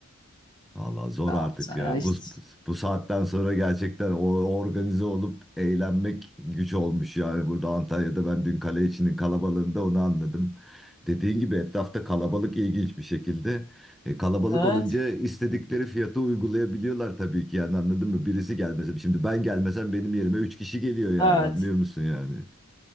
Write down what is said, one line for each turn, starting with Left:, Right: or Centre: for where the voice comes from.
Centre: Valla zor
Left: ne yapacağız
Centre: artık ya.
Left: ya işte.
Centre: Bu, bu saatten sonra gerçekten o organize olup eğlenmek güç olmuş yani. Burada Antalya'da ben dün kale içinin kalabalığında onu anladım. Dediğin gibi etrafta kalabalık ilginç bir şekilde. E, kalabalık
Left: Evet
Centre: olunca istedikleri fiyatı uygulayabiliyorlar tabii ki yani anladın mı? Birisi gelmesin. Şimdi ben gelmesem benim yerime 3 kişi geliyor yani
Left: evet
Centre: anlıyor musun yani?